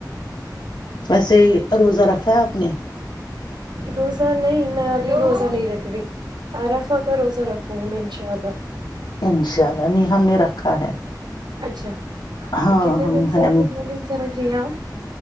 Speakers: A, on the right; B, on the left.
A: <unintelligible>
B: ویسے روزہ رکھا ہے آپ نے
A: روزہ نہیں میں ابھی روزہ نہیں رکھ رہی ارفا کا روزہ رکھوں گی میں ان شاء اللہ
B: انشاء اللہ نہیں ہم نے رکھا ہے
A: اچھا
B: ہاں
A: کتنے
B: ہم
A: دن سے کتنے دن سے رکھ رہی ہیں آپ